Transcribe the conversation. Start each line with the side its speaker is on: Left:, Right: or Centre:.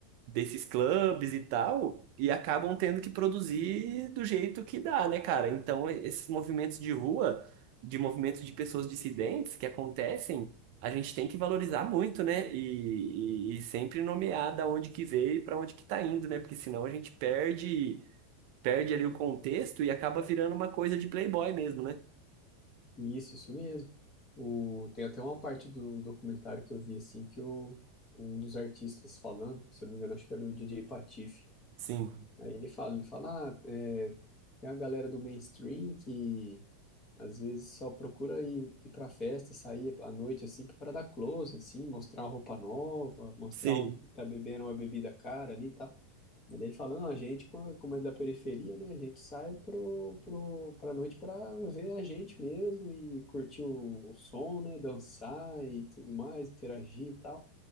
Right: desses clubes e tal, e acabam tendo que produzir do jeito que dá, né, cara? Então, esses movimentos de rua, de movimentos de pessoas dissidentes que acontecem a gente tem que valorizar muito, né? E, e, e sempre nomear da onde que veio e para onde que tá indo, né? Porque senão a gente perde, perde ali o contexto e acaba virando uma coisa de playboy mesmo, né?
Left: E isso, isso mesmo. O, tem até uma parte do documentário que eu vi assim que o um dos artistas falando, se eu não me engano, acho que era o DJ Patife
Right: Sim.
Left: Aí ele fala, ele fala, ah, é, tem a galera do mainstream que às vezes só procura ir, ir pra festa, sair à noite assim para dar close, assim, mostrar uma roupa nova, mostrar
Right: Sim.
Left: uma, tá bebendo uma bebida cara ali e tal. Mas daí ele falando, a gente, co- como é da periferia, né, a gente sai pro, pro, pra noite pra ver a gente mesmo e curtir o, o som, né, dançar e tudo mais, interagir e tal.